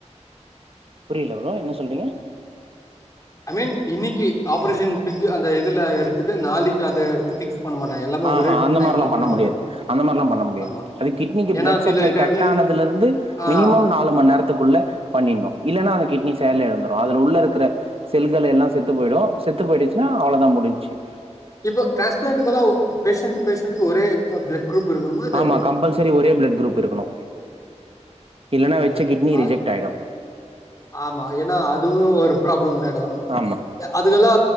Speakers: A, on the right (about 50°); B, on the left (about 30°).
A: புரியல ப்ரோ என்ன சொல்றீங்க
B: ஐ மீன் இன்னைக்கு ஆப்ரேஷன் பிக் அந்த இதுல எடுத்துட்டு நாளைக்கு அத எடுத்து பிக்ஸ் பண்ண மாட்டாங்க எல்லாமே
A: ஆ
B: ஒரே
A: அந்த
B: டைம்ல
A: மாரிலா பண்ண
B: பண்ணுவாங்க
A: முடியாது அந்த மாரிலா பண்ண முடியாது
B: ஆமா
A: அது கிட்னிக்கு
B: ஏன்னா
A: பிளட்
B: சில
A: சப்ளை
B: டைம்ல
A: கட் ஆனதுல இருந் ந்து
B: ஆ
A: மினிமம் நாலு ம நேர க்குள்ள பண்ணினும் இல்லன்னா அந்த கிட்னி செயல் இளந்துடு அதுல உள்ள இருக்க செல்கள் எல்லா செத்து போயிடு செத்து போயிடுச்சுன்னா அவ்ளோத முடி ச்சு
B: இப்ப டிரான்ஸ்பிளான்யேல்லா பேஷன்ட் பேஷண்டக்கு ஒரே பிளட் குரூப் இருக்கணுமா இல்ல
A: ஆமா
B: எப்டி
A: கம்பல்சரி ஒரே பிளட் குரூப் இருக்கணு இல்ன்னா வச்சு
B: ம்
A: கிட்னி
B: அது
A: ரிஜெக்ட் ஆயிடு
B: ஆமா ஏன்னா அதுவு ஒரு ப்ராப்ளம் ஆயிடு
A: ஆமா
B: அதுக்கெல்லா